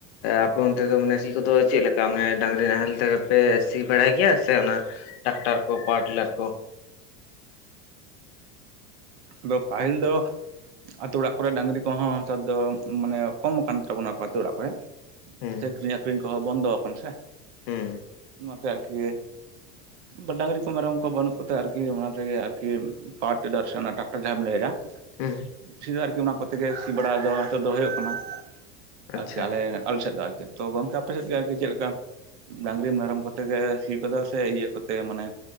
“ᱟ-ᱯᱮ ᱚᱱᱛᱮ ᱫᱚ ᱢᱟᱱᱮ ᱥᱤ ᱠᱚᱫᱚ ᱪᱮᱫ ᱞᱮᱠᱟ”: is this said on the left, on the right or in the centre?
Left